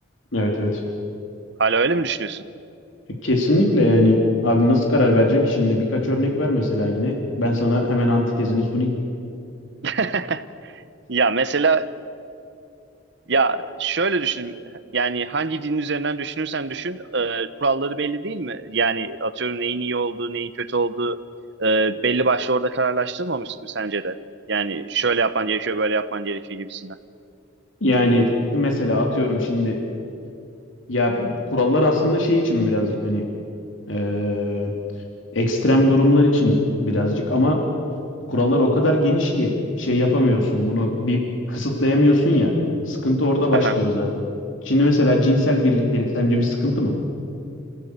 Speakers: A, on the left; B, on the right.
A: evet evet.
B: Hala öyle mi düşünüyorsun?
A: Kesinlikle yani abi nasıl karar vereceksin ki şimdi birkaç örnek ver mesela yine ben sana hemen antitezini sunayım.
B: <laughs> Ya mesela Ya şöyle düşün yani hangi din üzerinden düşünürsen düşün e, kuralları belli değil mi? Yani atıyorum neyin iyi olduğu neyin kötü olduğu e, belli başlı orada kararlaştırılmamış mı sence de? Yani şöyle yapman gerekiyor böyle yapman gerekiyor gibisinden.
A: Yani mesela atıyorum şimdi ya kurallar aslında şey için birazcık hani eee, ekstrem durumlar için birazcık ama kurallar o kadar geniş ki şey yapamıyorsun bunu bir kısıtlayamıyorsun ya sıkıntı orada başlıyor
B: Aha.
A: zaten. Şimdi mesela cinsel birliktelik sence bir sıkıntı mı?